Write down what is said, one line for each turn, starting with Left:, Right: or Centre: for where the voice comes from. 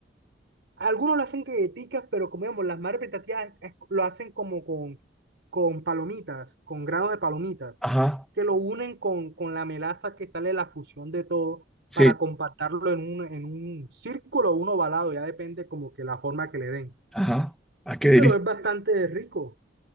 Right: Algunos lo hacen galletitas, pero como digamos, las madres prestativas lo hacen como con, con palomitas, con granos de palomitas,
Centre: Ajá,
Right: que lo unen con, con la melaza que sale de la fusión de todo
Centre: sí,
Right: para compactarlo en un, en un círculo o un ovalado, ya depende como que la forma que le den.
Centre: ajá. Ah, qué delicia.
Right: Pero es bastante rico.